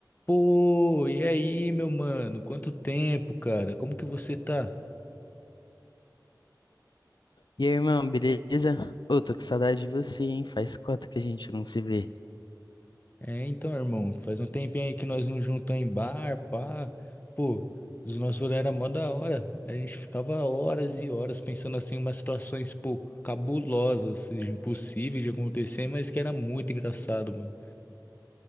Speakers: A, on the left (about 25°); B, on the left (about 75°).
A: Pô, e aí, meu mano? Quanto tempo, cara? Como que você tá?
B: E aí, irmão, beleza? Ô, tô com saudade de você, hein? Faz cota que a gente não se vê.
A: É, então, irmão, faz um tempinho aí que nós não juntamos em bar, pá. Pô, os nossos rolês eram mó da hora. A gente ficava horas e horas pensando assim, umas situações, pô, cabulosas, assim, impossíveis de acontecer, mas que era muito engraçado, mano.